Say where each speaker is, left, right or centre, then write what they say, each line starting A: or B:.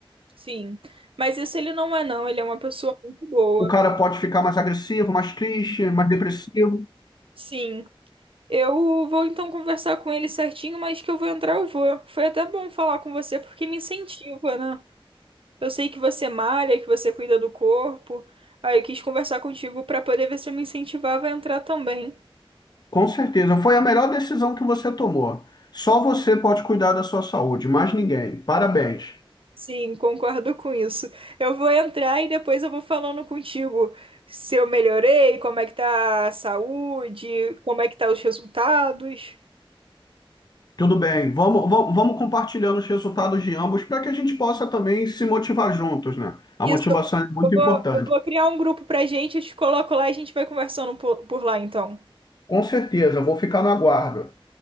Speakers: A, on the right (about 65°); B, on the left (about 45°).
A: sim. Mas isso ele não é, não. Ele é uma pessoa muito boa.
B: O cara pode ficar mais agressivo, mais triste, mais depressivo.
A: Sim. Eu vou então conversar com ele certinho, mas que eu vou entrar, eu vou. Foi até bom falar com você porque me incentiva, né? Eu sei que você malha, que você cuida do corpo. Aí eu quis conversar contigo pra poder ver se eu me incentivava a entrar também.
B: Com certeza. Foi a melhor decisão que você tomou. Só você pode cuidar da sua saúde, mais ninguém. Parabéns.
A: Sim, concordo com isso. Eu vou entrar e depois eu vou falando contigo se eu melhorei, como é que tá a saúde, como é que tá os resultados.
B: Tudo bem, vamos, vamos, vamos compartilhando os resultados de ambos para que a gente possa também se motivar juntos, né? A
A: Isso.
B: motivação é muito
A: Eu vou,
B: importante.
A: eu vou criar um grupo pra gente, eu te coloco lá e a gente vai conversando por, por lá então.
B: Com certeza, eu vou ficar no aguardo.